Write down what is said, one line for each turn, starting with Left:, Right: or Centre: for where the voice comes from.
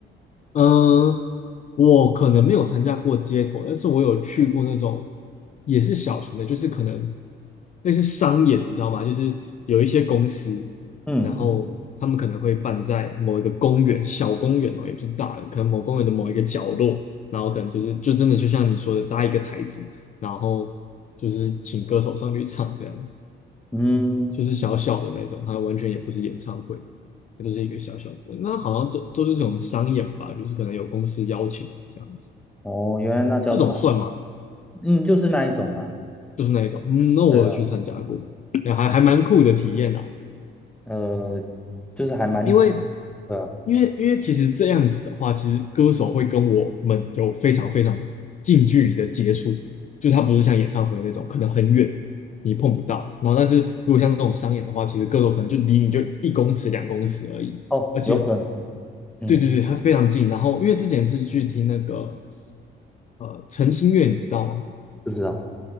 Left: 嗯，呃我可能没有参加过街头，但是我有去过那种也是小型的，就是可能类似商演，你知道吗？就是有一些公司，
Centre: 嗯
Left: 然后他们可能会办在某一个公园，小公园哦，也不是大的，可能某公园的某一个角落，然后可能就是就真的就像你说的搭一个台子，然后就是请歌手上去唱这样子，
Centre: 嗯，
Left: 就是小小的那种，它完全也不是演唱会，它就是一个小小的，那好像都都是这种商演吧，就是可能有公司邀请这样子。
Centre: 哦，原来那叫啥？
Left: 这种算吗？
Centre: 嗯，就是那一种啊。
Left: 就是那一种，嗯，那我有去参加过，
Centre: 对啊，
Left: 哎还还蛮酷的体验啊。
Centre: 呃，就是还蛮紧，
Left: 因为
Centre: 对啊。
Left: 因为因为其实这样子的话，其实歌手会跟我们有非常非常近距离的接触，就是他不是像演唱会那种可能很远你碰不到，然后但是如果像这种商演的话，其实歌手可能就离你就一公尺两公尺而已，
Centre: 哦，
Left: 而且
Centre: 有可能，嗯，
Left: 对对对，他非常近。然后因为之前是去听那个呃陈星月，你知道吗？
Centre: 不知道，